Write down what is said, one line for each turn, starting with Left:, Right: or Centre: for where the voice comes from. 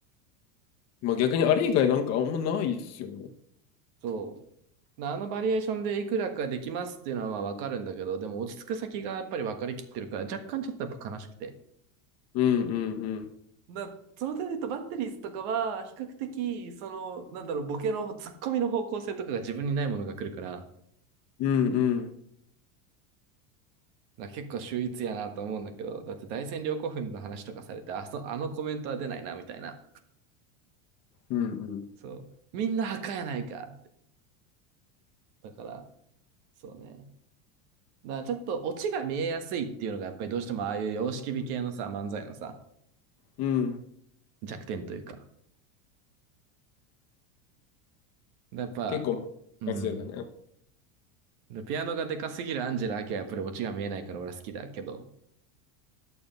Left: まあ逆にあれ以外なんかあんまないっすよね。
Right: そう。なあのバリエーションでいくらかできますっていうのはまあわかるんだけど、でも落ち着く先がやっぱり分かりきってるから、若干ちょっとやっぱ悲しくて。
Left: うんうんうん。
Right: だその点で言うとバッテリーズとかは、比較的、その、なんだろう、ボケの、ツッコミの方向性とかが自分にないものが来るから、
Left: うんうん
Right: だから結構秀逸やなと思うんだけど、だって大戦陵古墳の話とかされて、あそ、あのコメントは出ないな、みたいな。
Left: うんうん。
Right: そう。みんな墓やないかって。だから、そうね。だからちょっとオチが見えやすいっていうのが、やっぱりどうしてもああいう様式美系のさ、漫才のさ、
Left: うん。
Right: 弱点というか。やっぱ、
Left: 結構、
Right: うん。
Left: マジだね。
Right: でピアノがでかすぎるアンジェラ・アキはやっぱりオチが見えないから俺は好きだけど、